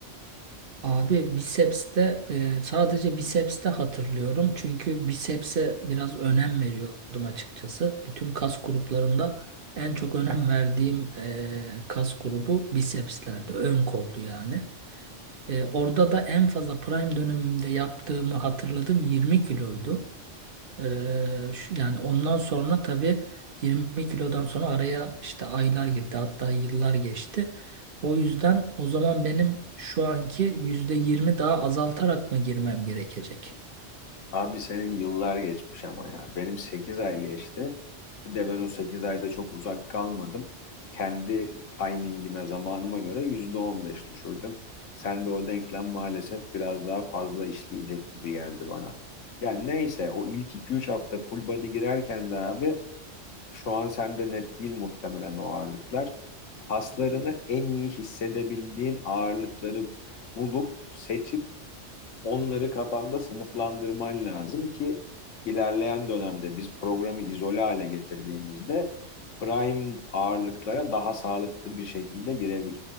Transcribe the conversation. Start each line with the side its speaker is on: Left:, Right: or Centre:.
Right: Abi bisepste e, sadece bisepste hatırlıyorum. Çünkü biceps'e biraz önem veriyordum açıkçası. Bütün kas gruplarında en çok önem verdiğim e, kas grubu bicepslerdi. Ön koldu yani. E, orada da en fazla prime dönemimde yaptığımı hatırladım 20 kiloydu. Ee, şu- yani ondan sonra tabii 20 kilodan sonra araya işte aylar girdi hatta yıllar geçti. O yüzden o zaman benim şu anki %20 daha azaltarak mı girmem gerekecek?
Left: Abi senin yıllar geçmiş ama ya. Benim 8 ay geçti. Bir de ben o 8 ayda çok uzak kalmadım. Kendi timingime, zamanıma göre %15 düşürdüm. Sen de o denklem maalesef biraz daha fazla işleyecek gibi geldi bana. Yani neyse o ilk iki üç hafta full body girerken de abi şu an sende net değil muhtemelen o ağırlıklar. Kaslarını en iyi hissedebildiğin ağırlıkları bulup seçip Onları kafanda sınıflandırman lazım ki ilerleyen dönemde biz programı izole hale getirdiğimizde prime ağırlıklara daha sağlıklı bir şekilde girebil.